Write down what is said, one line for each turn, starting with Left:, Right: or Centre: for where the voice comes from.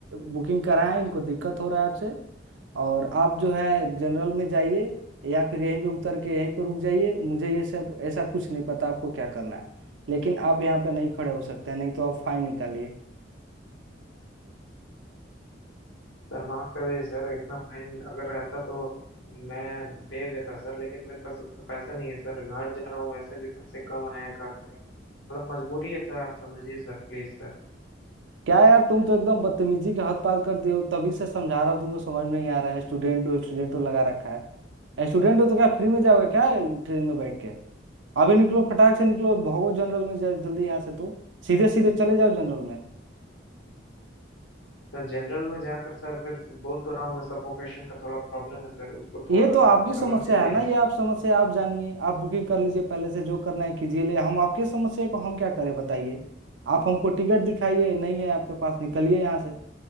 Right: बुकिंग कराए हैं इनको दिक्कत हो रहा है आपसे और आप जो है जनरल में जाइए या फिर यहीं पे उतर के यहीं पे रुक जाइए मुझे ये सब ऐसा कुछ नहीं पता आपको क्या करना है लेकिन आप यहाँ पे नहीं खड़े हो सकते हैं नहीं तो आप फाइन निकालिए
Left: सर माफ कर दीजिए सर इतना फाइन अगर रहता तो मैं दे देता सर लेकिन मेरे पास उतना पैसा नहीं है सर घर जा रहा हूँ वैसे भी पैसे कम आए हैं घर से थोड़ा मजबूरी है सर आप समझिए sir please sir
Right: क्या यार तुम तो एकदम बदतमीजी के हद पार कर दिए हो तभी से समझा रहा हूँ तुमको समझ में नहीं आ रहा है स्टूडेंट हो स्टूडेंट हो लगा रखा है स्टूडेंट हो तो क्या फ्री में जाओगे क्या ट्रेन में बैठ के अभी निकलो फटाक से निकलो भागो जनरल में जा- जल्दी यहाँ से तो सीधे सीधे चले जाओ जनरल में
Left: Sir general में जाकर सर फिर बोल तो रहा हूँ मैं सफोकेशन का थोड़ा प्रॉब्लम है सर उसको थोड़ा
Right: ये
Left: सा
Right: तो आपकी
Left: आप
Right: समस्या
Left: समझ ही लीजिए
Right: है ना ये
Left: सर
Right: आप समस्या आप जानिए आप बुकिंग कर लीजिए पहले से जो करना है कीजिए ले हम आपके समस्या को हम क्या करें बताइए आप हमको टिकट दिखाइए नहीं है आपके पास निकलिए यहाँ से